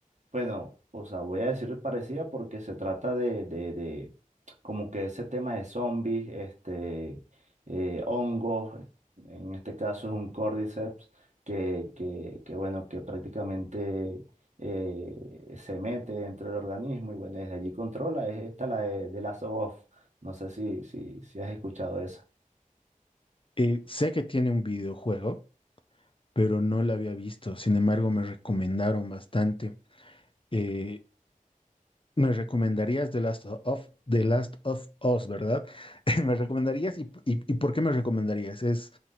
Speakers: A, on the right (about 55°); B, on the left (about 40°).
A: bueno, o sea, voy a decir parecida porque se trata de, de, de como que ese tema de zombies, este, eh, hongos, en este caso es un cordyceps, que, que, que bueno, que prácticamente eh, se mete entre el organismo y bueno, desde allí controla, es esta la de, de Last of Us. No sé si, si, si has escuchado esa.
B: Eh, sé que tiene un videojuego. pero no la había visto. Sin embargo, me recomendaron bastante. Eh, me recomendarías The Last of, The Last of Us, ¿verdad? <laughs> ¿Me recomendarías y, y- y por qué me recomendarías? Es,